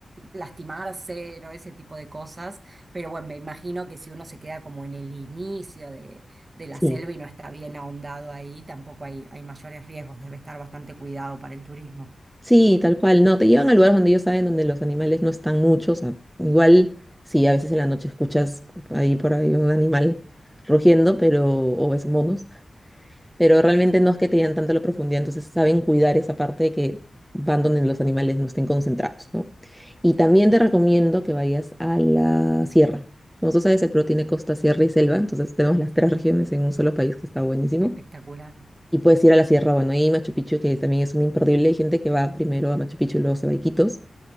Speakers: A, on the right (about 35°); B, in the centre.
A: lastimarse, ¿no? Ese tipo de cosas. Pero bueno, me imagino que si uno se queda como en el inicio de, de la
B: sí,
A: selva y no está bien ahondado ahí, tampoco hay, hay mayores riesgos, debe estar bastante cuidado para el turismo.
B: sí, tal cual. No, te llevan a lugares donde ellos saben donde los animales no están muchos. o sea, igual, sí, a veces en la noche escuchas ahí por ahí un animal rugiendo, pero, o ves monos, pero realmente no es que te dan tanto la profundidad, entonces saben cuidar esa parte de que van donde los animales no estén concentrados, ¿no? Y también te recomiendo que vayas a la sierra. Como tú sabes, el Perú tiene costa, sierra y selva, entonces tenemos las tres regiones en un solo país que está buenísimo.
A: Espectacular.
B: Y puedes ir a la sierra, bueno, y Machu Picchu, que también es un imperdible. Hay gente que va primero a Machu Picchu y luego se va a Iquitos